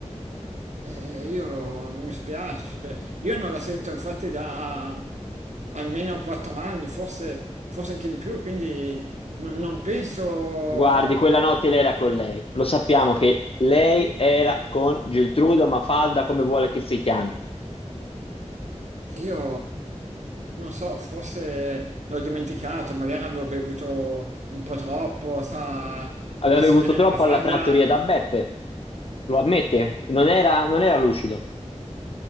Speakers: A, on the right; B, on the left.
A: Eh, io mi spiace, io non la sento infatti da almeno quattro anni, forse, forse anche di più, quindi non, non penso,
B: Guardi, quella notte lei era con lei. Lo sappiamo che lei era con Geltrude o Mafalda, come vuole che si chiami.
A: io non so, forse l'ho dimenticato, magari avevo bevuto un po' troppo, sa, la
B: Aveva bevuto
A: signorina
B: troppo
A: Mafalda,
B: alla trattoria da Beppe, lo ammette, non era, non era lucido.